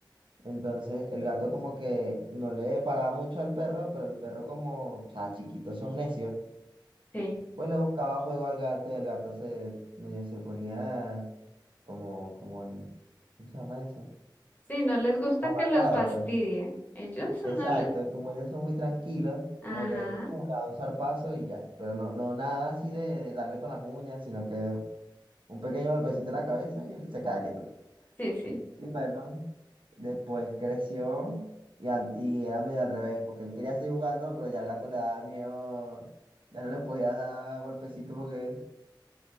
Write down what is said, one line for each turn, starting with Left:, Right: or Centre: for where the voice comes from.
Right: Entonces el gato como que no le paraba mucho al perro, pero el perro como, o sea, chiquitos son necios,
Left: sí.
Right: pues le buscaba juego al gato y el gato se medio se ponía como, como, ¿cómo se llama eso?
Left: Sí, no les gusta
Right: Como
Left: que
Right: amargado,
Left: los fastidien.
Right: pues.
Left: Ellos no
Right: Exacto,
Left: les...
Right: como ellos son muy tranquilos,
Left: Ajá,
Right: como que pum, a un zarpazo y ya. Pero no, no nada así de, de darle con las uñas, sino que un pequeño golpecito en la cabeza y él se queda quieto.
Left: sí, sí.
Right: Y bueno, después creció y, an- y era medio al revés, porque él quería seguir jugando, pero ya el gato le daba miedo, ya no le podía dar golpecitos porque